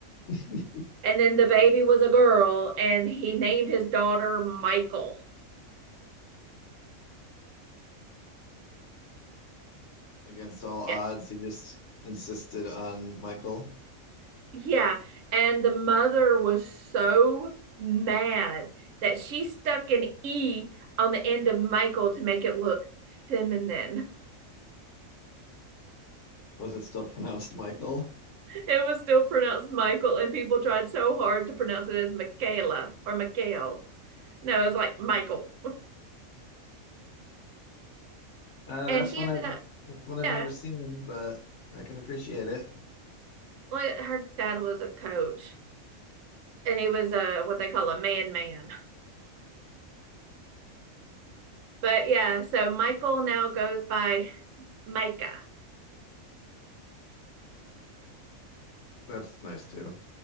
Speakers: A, on the left; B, on the right.
A: <laughs>
B: And then the baby was a girl, and he named his daughter Michael.
A: Against all odds,
B: Yeah.
A: he just insisted on Michael.
B: Yeah. And the mother was so mad that she stuck an E on the end of Michael to make it look feminine.
A: Was it still pronounced Michael?
B: It was still pronounced Michael, and people tried so hard to pronounce it as Michaela or Michael. No, it was like Michael.
A: Uh,
B: And
A: that's
B: she
A: one
B: ended
A: I've
B: up,
A: that's one I've
B: yeah,
A: never seen, but I can appreciate it.
B: like her dad was a coach, and he was a what they call a man man. But yeah, so Michael now goes by Micah.
A: That's nice too.